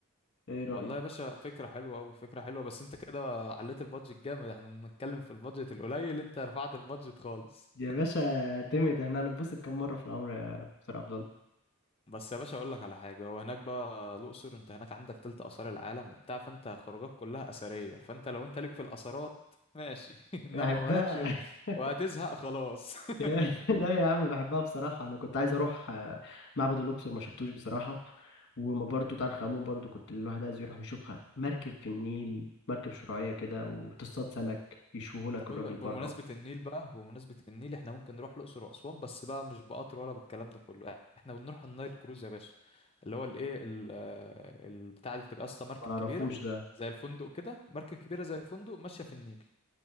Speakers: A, on the left; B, on the left.
A: إيه رأيك؟
B: والله يا باشا فكرة حلوة أوي فكرة حلوة بس أنت كده عليت البادجت جامد احنا بنتكلم في البادجت القليل أنت رفعت البادجت خالص
A: يا باشا اعتمد احنا هنتبسط كم مرة في العمر يا دكتور عبد الله
B: بس يا باشا أقول لك على حاجة هو هناك بقى الأقصر أنت هناك عندك تلت آثار العالم وبتاع فأنت خروجك كلها أثرية فأنت لو أنت ليك في الآثارات ماشي <laughs> إنما
A: أحبها
B: مالكش و-
A: <laughs>
B: وهتزهق خلاص
A: <laughs>
B: <laughs>
A: يا- لا يا عم بحبها بصراحة أنا كنت عايز أروح آه، معبد الأقصر ما شفتوش بصراحة ومقبرة توت عنخ آمون برضو كنت الواحد عايز يروح يشوفها مركب في النيل مركب شراعية كده وتصطاد سمك يشوهولك
B: طب ب-
A: الراجل بره
B: بمناسبة النيل بقى بمناسبة النيل احنا ممكن نروح الأقصر وأسوان بس بقى مش بقطر ولا بالكلام ده كله احنا بنروح النايل كروز يا باشا اللي هو الايه ال- آه، البتاعة دي بتبقى اصلا مركب
A: ما أعرفوش
B: كبيرة
A: ده
B: زي الفندق كده مركب كبيرة زي الفندق ماشية في النيل